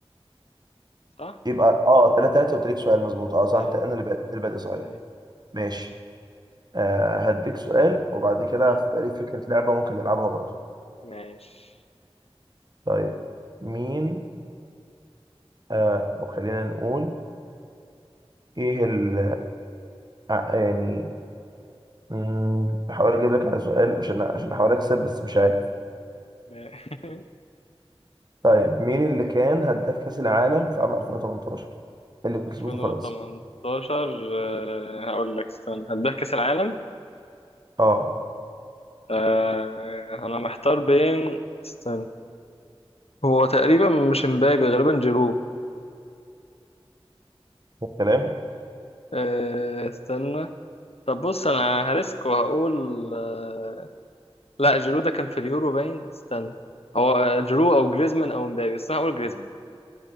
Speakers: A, on the left; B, on the right.
A: صح
B: يبقى اه تلاتة تلاتة قلت لك سؤال مظبوط اه صح
A: اي
B: انت انا اللي بادئ أنت اللي بادئ صحيح
A: اي
B: ماشي آه هديك سؤال وبعد كده
A: مم.
B: هيبقى ليك فكرة لعبة ممكن نلعبها برضه
A: ماشي
B: طيب مين آه او خلينا نقول ايه ال آه، يعني مم، بحاول اجيب لك على سؤال عشان عشان احاول اكسب بس مش عارف
A: <laughs>
B: طيب مين اللي كان هداف كأس العالم في عام 2018 اللي كسبته
A: 2018
B: فرنسا
A: آه، هقول لك استنى هداك كأس العالم
B: اه
A: آه، انا محتار بين استنى هو تقريبا مش مبابي غالبا جيرو
B: كلام
A: أه استنى طب بص انا هريسك وهقول أه لا جيرو ده كان في اليورو باين استنى هو جيرو او جريزمان او مبابي بس انا هقول جريزمان